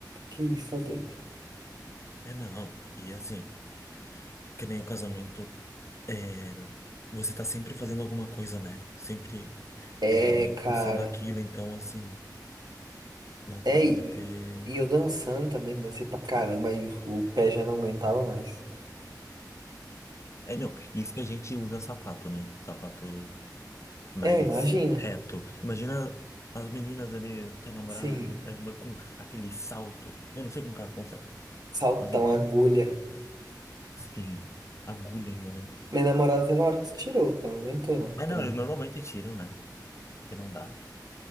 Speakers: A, on the right (about 65°); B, on the left (about 40°).
A: Que isso, tá doido?
B: É, não. E assim, que nem o casamento, é, você tá sempre fazendo alguma coisa, né? Sempre
A: É,
B: é, em
A: cara.
B: função daquilo, então assim, nossa,
A: É,
B: deve
A: e
B: ter...
A: e eu dançando também, dancei pra caramba, aí o, o pé já não aguentava mais.
B: É, não, isso que a gente usa sapato, né? Sapato mais
A: É, imagina.
B: reto. Imagina as meninas ali, tua namorada,
A: Sim,
B: a irmã, com aquele salto. Eu não sei como que elas conseguem,
A: saltão,
B: mas enfim.
A: agulha.
B: Sim, agulha ainda, né?
A: Minha namorada teve uma hora que se tirou, que ela não aguentou não,
B: É,
A: também.
B: não, eles normalmente tiram, né? Porque não dá.